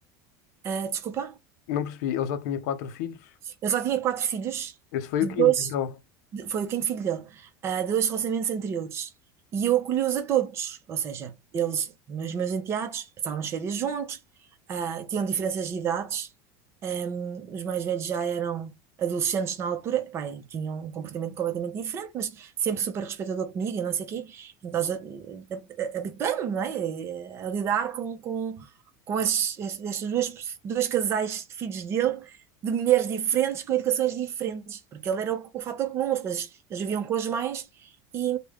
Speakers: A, on the right; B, on the left.
A: Ah, desculpa?
B: Não percebi. Ele já tinha quatro filhos.
A: Ele já tinha quatro filhos
B: Esse foi
A: de
B: o quinto,
A: dois.
B: então.
A: de- foi o quinto filho dele, ah, dois relacionamentos anteriores. E eu acolhi-os a todos, ou seja, eles, meus, meus enteados, passavam as férias juntos, ah, tinham diferenças de idades, ahm, os mais velhos já eram adolescentes na altura, epá, e tinham um comportamento completamente diferente, mas sempre super respeitador comigo e não sei o quê. Então, já, eh, eh, habituei-me, não é? A lidar com, com, com esses- esses- estes dois, dois casais de filhos dele de mulheres diferentes com educações diferentes, porque ele era o, o fator comum, as pessoas eles viviam com as mães e,